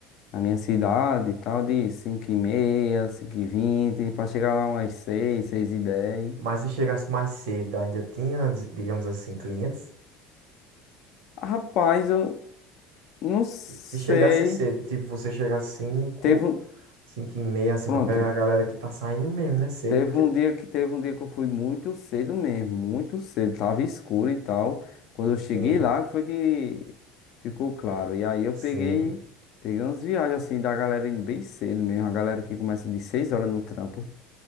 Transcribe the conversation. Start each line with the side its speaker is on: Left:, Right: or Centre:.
Left: da minha cidade e tal, de cinco e meia cinco e vinte pra chegar lá umas seis 6h10.
Right: mas se chegasse mais cedo, ainda tinha, di- digamos assim, clientes,
Left: Rapaz, eu não sei.
Right: se chegasse cedo, tipo, você chega às 5
Left: Teve um,
Right: 5 e meia, assim,
Left: pronto,
Right: pra pegar a galera que tá saindo mesmo, né, cedo,
Left: teve
Right: porque,
Left: um dia que teve um dia que eu fui muito cedo mesmo, muito cedo, tava escuro e tal. Quando eu cheguei
Right: sim,
Left: lá foi que ficou claro. E aí eu
Right: sim,
Left: peguei, peguei umas viagens assim da galera indo bem cedo mesmo, a galera que começa de 6 horas no trampo.